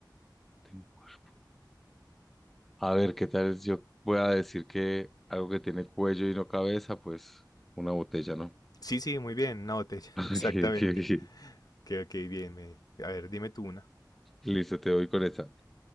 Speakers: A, in the centre; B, on the left (about 55°).
A: Tengo cue- A ver, ¿qué tal es? yo voy a decir que algo que tiene cuello y no cabeza? Pues una botella, ¿no? <laughs>
B: Sí, sí, muy bien, una botella, <laughs>
A: Ok,
B: exactamente.
A: ok, ok.
B: Ok, ok, bien. me- A ver, dime tú una.
A: Listo, te voy con esa.